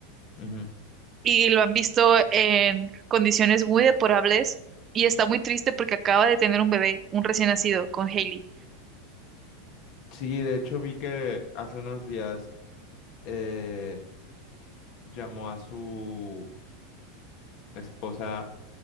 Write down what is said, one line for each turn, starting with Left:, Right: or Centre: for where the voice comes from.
Left: ujú.
Right: y lo han visto en condiciones muy deplorables y está muy triste porque acaba de tener un bebé, un recién nacido, con Hailey.
Left: Sí, de hecho vi que hace unos días eh, llamó a su esposa